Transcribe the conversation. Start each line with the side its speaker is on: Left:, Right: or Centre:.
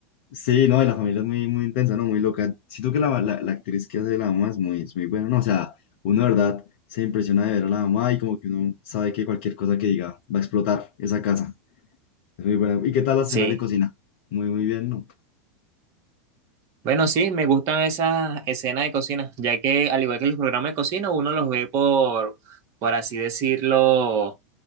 Left: Sí, no, y la familia es muy, muy intensa, ¿no? Muy loca. Siento que la, la, la actriz que hace la mamá es muy, es muy buena, ¿no? O sea, uno de verdad se impresiona de ver a la mamá y como que uno sabe que cualquier cosa que diga va a explotar esa casa. Es muy buena. ¿Y qué tal las
Right: Sí.
Left: escenas de cocina? Muy, muy bien, ¿no?
Right: Bueno, sí, me gustan esas escenas de cocina, ya que al igual que los programas de cocina, uno los ve por, por así decirlo